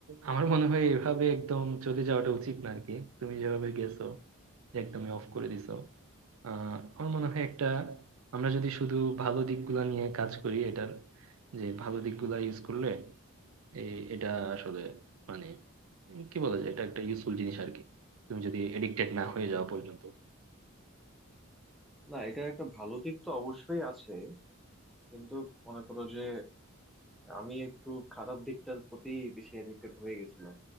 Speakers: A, on the right; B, in the centre.
A: আমার মনে হয় এভাবে একদম চলে যাওয়াটা উচিত না আর কি তুমি যেভাবে গেছো যে একদমই অফ করে দিছো আহ আমার মনে হয় একটা আমরা যদি শুধু ভালো দিকগুলো নিয়ে কাজ করি এটার যে ভালো দিকগুলো ইউজ করলে এই এটা আসলে মানে উম, কি বলা যায় এটা একটা ইউজফুল জিনিস আর কি তুমি যদি এডিক্টেড না হয়ে যাওয়া পর্যন্ত
B: না এটার একটা ভালো দিক তো অবশ্যই আছে কিন্তু মনে করো যে আমি একটু খারাপ দিকটার প্রতি বেশি এডিক্টেড হয়ে গেছিলাম